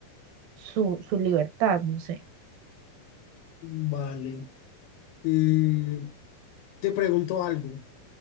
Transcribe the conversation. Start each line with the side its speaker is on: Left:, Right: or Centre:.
Right: su, su libertad, no sé,
Left: vale. Eh, te pregunto algo.